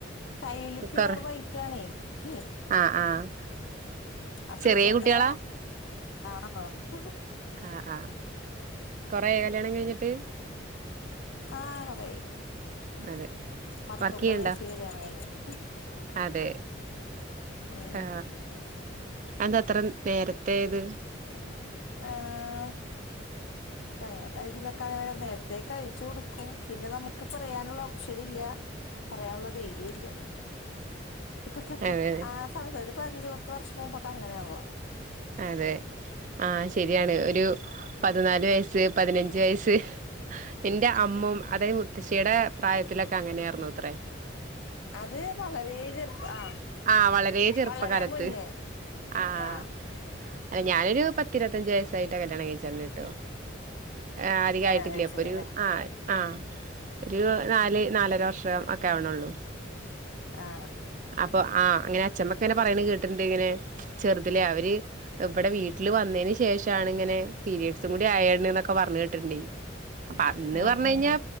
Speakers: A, on the left; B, on the right.
A: ടൈലിപുവർവൈറ്റാണേ
B: കൊറ
A: ഹേ
B: ആഹ് ആഹ്
A: അപ്പയിവരടെ
B: ചെറിയ കുട്ടികളാ
A: ആന്നോ
B: ആആ കൊറെ ആയ കല്യാണം കഴിഞ്ഞിട്ട്
A: ആ കൊറെയി
B: അതെ
A: പത്തൊമ്പത്
B: വർക്ക് ചെയ്യ്ണ്ടോ
A: വയസ്സി കല്യാണം കഴിഞ്ഞ് ഉ് <inaudible>
B: അതെ
A: ഉം
B: ഹാ അതെന്തത്ര നേരെത്തേത്
A: ആഹ് ഞങ്ങടെ ഇതിലൊക്കെങ്ങനെ നേരത്തേ കഴിച്ചു കൊടുക്കും പിന്നെ നമുക്ക് പറയാനുള്ള ഓപ്ഷനില്ല പറയാനുള്ള ധൈര്യുവില്ല ഇപ്പൊ കെട്ടു
B: അതെ
A: ആ സമയത്തൊരു ഇപ്പം അഞ്ചുപ്പത്ത് വർഷം മുമ്പൊക്കെങ്ങനെയാണല്ലോ
B: അതെ ആ ശരിയാണ് ഒരു പതിനാല് വയസ്സ് പതിനഞ്ച് വയസ്സ് എന്റെ അമ്മു അതായത് മുത് ത്തശ്ശീടെ പ്രായത്തിലൊക്കെങ്ങനെയായിരുന്നത്രെ
A: അത് വളരെ ചെറുപ്പ ആ
B: ആഹ് വളരെ ചെറുപ്പകാലത്ത്
A: വളരെ മുന്നേ
B: ആഹ്
A: ആ
B: അല്ല ഞാനൊരു പത്തിരുപ്പത്തിയഞ്ച് വയസായിട്ട് കല്യാണം കഴിച്ചേ അന്ന്ട്ടോ ആ അധികായിട്ടില്ല
A: കല്യാണം കഴിച്ചത്
B: ഇപ്പൊരു
A: അല്ലേ
B: ആ ആ ഒരു നാല് നാലര വർഷം ഒക്കെ ആവണുള്ളൂ
A: ആ
B: അപ്പൊ ആ അങ്ങനെ അഛമ്മക്കെങ്ങനെ പറയണ കേട്ടിണ്ട് ഇങ്ങനെ ചെറുതിലെ അവര് ഇവടെ വീട്ടില് വന്നേന് ശേ ശേഷാണ് ഇങ്ങനെ പീരയഡ്സും കൂടി ആയാണെന്നൊക്കെ പറഞ്ഞു കേട്ടിട്ടുണ്ട് അപ്പൊ അന്ന്
A: ഉം
B: പറഞ്ഞ
A: ഉം
B: കഴിഞ്ഞാ
A: ഉം